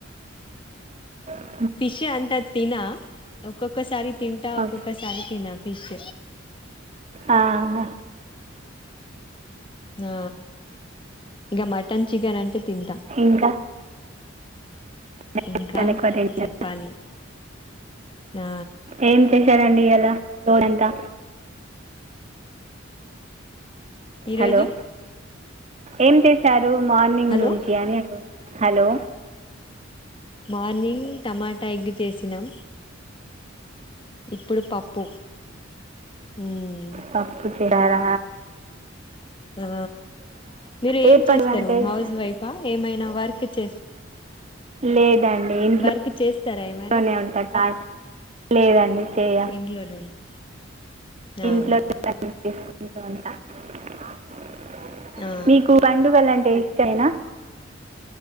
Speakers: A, on the right (about 35°); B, on the left (about 25°).
A: అ
B: ఫిష్ అంత తిన ఒక్కొక్కసారి తింటా ఒక్కొక్కసారి
A: ఓకే
B: తినన్ ఫిష్
A: ఆహ
B: ఆ ఇక మటన్ చికెన్ అంటే తింటా
A: ఇంకా మటన్
B: ఇంకా
A: ఎక్కువ తింటారు
B: చెప్పాలి ఆ
A: ఏం చేశారంండి ఇయాల తోడంతా
B: ఈరోజు
A: హలో ఏం చేశారు మార్నింగ్
B: హలో
A: నుంచి అని హలో
B: మార్నింగ్ టమాట ఎగ్ చేసినాం ఇప్పుడు పప్పు ఉమ్
A: పప్పుూ తిండార
B: ఆ మీరు
A: ఏ
B: ఏం
A: పండుగ
B: చేస్తారు
A: అంటే
B: హౌస్
A: ఇష్టం
B: వైఫా ఏమైన వర్క్ చేస్
A: లేదండి ఇంట్
B: వర్క్
A: లోనే
B: చేస్తారా ఏమైనా
A: ఉంట కాక్ లేదండి చేయ
B: ఇంట్లోనే ఉంటా ఆ
A: ఇంట్లో <unintelligible> <unintelligible>
B: ఆ
A: మీకు పండుగల అంటే ఇష్టమేన